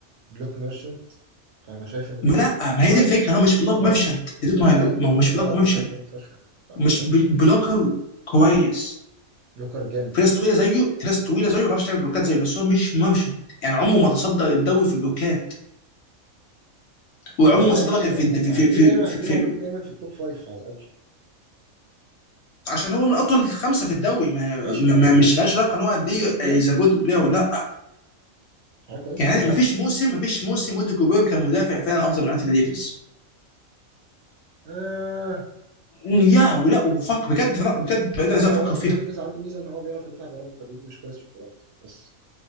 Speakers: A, on the right; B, on the left.
A: بلوك ميرشنت فانا شايف ان
B: ما
A: دول
B: لا ما هي
A: مع
B: دي
A: الاستي
B: الفكره هو مش بلوك
A: هو
B: ميرشنت
A: مش
B: يا دود ما هو
A: لا هو بلوك
B: ما هو مش
A: لا
B: بلوك
A: هو بلوكر
B: ميرشنت
A: جامد فشخ يعني لا،
B: مش
A: بلوكر جامد
B: ب- بلوكر كويس
A: بلوكر جامد
B: في ناس طويله زيه في ناس طويله زيه ما بتعرفش تعمل بلوكات زيه بس هو مش ميرشنت يعني عمره ما تصدر الدوري في بلوكات وعمره
A: ما ماشي
B: ما تصدر غير
A: يعني
B: في في
A: هتلاقيه
B: في في,
A: دايما
B: في,
A: هتلاقيه
B: في
A: موجود دايما في التوب فايف على الأقل
B: عشان هو من اطول خمسه في الدوري ما, ما
A: ماشي مع
B: ما- مش لاش علاقه ان هو قد ايه
A: بوينت ويم
B: از جود
A: حاجة
B: بلاير
A: كويس
B: ولا لا
A: حاجة كويس
B: يعني
A: حاجة
B: ما فيش موسم ما فيش موسم ودي كوبير كان مدافع فعلا افضل من انثوني ديفيز
A: آه
B: يا ولا وفك بجد لا بجد بجد
A: يعني
B: لازم افكر
A: هو أنتوني
B: فيها
A: ديفيز عنده ميزة إن هو بيعرف يدافع بارامتر ودي مش كويس في البارامتر بس